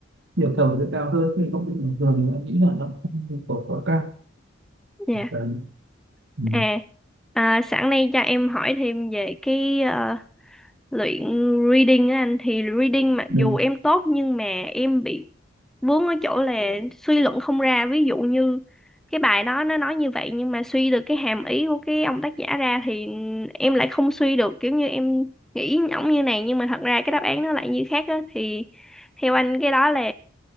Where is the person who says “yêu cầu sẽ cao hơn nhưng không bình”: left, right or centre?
Right